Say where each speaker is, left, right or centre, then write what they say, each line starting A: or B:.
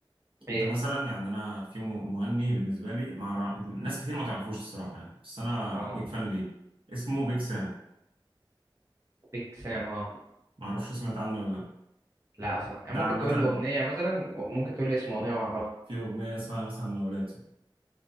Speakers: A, on the right; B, on the right.
A: إيه
B: انت مثلا يعني انا في م- مغني بالنسبه لي مع را- ناس كتير ما تعرفوش الصراحه يعني بس انا
A: أه
B: بيج فان ليه اسمه بيج سام
A: بيج سام أه
B: ما اعرفش سمعت عنه ولا لا
A: لا أصلا يعني
B: ده
A: ممكن
B: عامة
A: تقول لي أغنية مثلا ممكن تقول لي اسم أغنية وأعرفها
B: في أغنية اسمها مثلا مولاتي